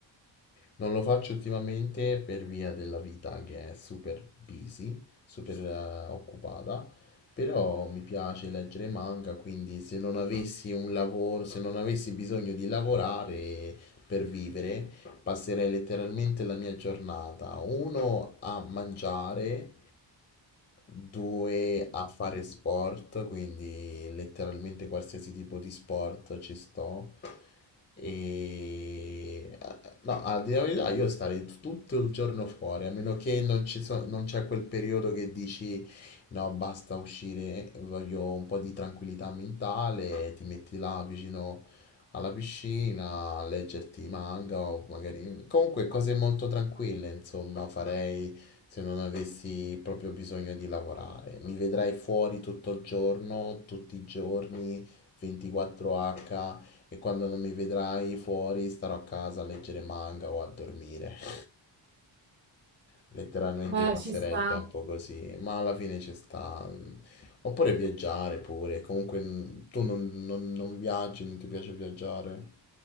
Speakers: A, on the left; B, on the right.
A: Non lo faccio ultimamente per via della vita che è super busy, super eh, occupata, però mi piace leggere manga, quindi se non avessi un lavoro, se non avessi bisogno di lavorare per vivere, passerei letteralmente la mia giornata, uno a mangiare, due a fare sport, quindi letteralmente qualsiasi tipo di sport ci sto. E No, a dire la verità, io starei t- tutto il giorno fuori, a meno che non ci so- non c'è quel periodo che dici no, basta uscire, voglio un po' di tranquillità mentale, ti metti là vicino alla piscina, a leggerti i manga o magari... Comunque cose molto tranquille, insomma, farei se non avessi proprio bisogno di lavorare. Mi vedrai fuori tutto il giorno, tutti i giorni, 24H. E quando non mi vedrai fuori, starò a casa a leggere manga o a dormire. <laughs> Letteralmente
B: Beh,
A: passerei
B: ci sta.
A: il tempo così, ma alla fine ci sta. Oppure viaggiare pure. Comunque mm, tu non, non- non viaggi, non ti piace viaggiare.